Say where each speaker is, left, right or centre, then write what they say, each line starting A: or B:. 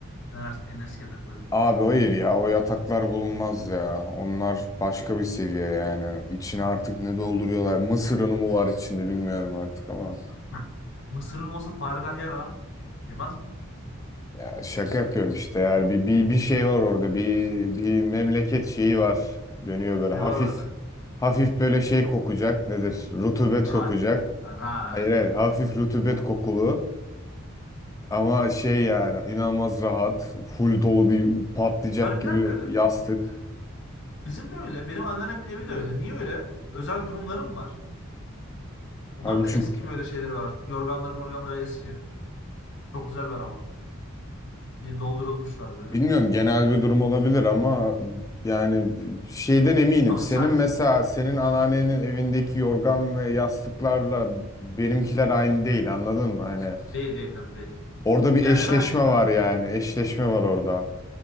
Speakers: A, on the left; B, on the left.
A: Denersin en eski yatakları.
B: Abi hayır ya o yataklar bulunmaz ya. Onlar başka bir seviye yani. İçine artık ne dolduruyorlar? Mısır unu mu var içinde bilmiyorum artık ama.
A: <laughs> Mısır'ın olsa fareler yer lan. Yemez mi?
B: Ya şaka yapıyorum işte. Yani bir, bir, bir şey var orada. Bir, bir memleket şeyi var. Dönüyor böyle
A: Bir
B: hafif.
A: var orada.
B: Hafif böyle şey kokacak. Nedir? Rutubet
A: Çay.
B: kokacak.
A: Yani, ha
B: Hayır
A: evet.
B: hayır. Hafif rutubet kokulu. Ama şey yani inanılmaz rahat. Full dolu bir patlayacak
A: Hani
B: gibi
A: bir dakika.
B: yastık.
A: Bizim de öyle. Benim anneannemin evi de öyle. Niye öyle? Özel durumlarım var. Onların
B: Abi
A: da
B: çünkü
A: eski böyle şeyleri var. Yorganları morganları eski. Çok güzeller ama. Yeni doldurulmuşlar böyle.
B: bilmiyorum genel bir durum olabilir ama yani şeyden eminim.
A: Abi
B: Senin
A: sen...
B: mesela senin anneannenin evindeki yorgan ve yastıklarla benimkiler aynı değil anladın mı? Hani
A: Değil değil tabii değil.
B: Orada bir
A: Yerleri
B: eşleşme
A: aynı değil
B: var
A: ha.
B: yani. Eşleşme var orada.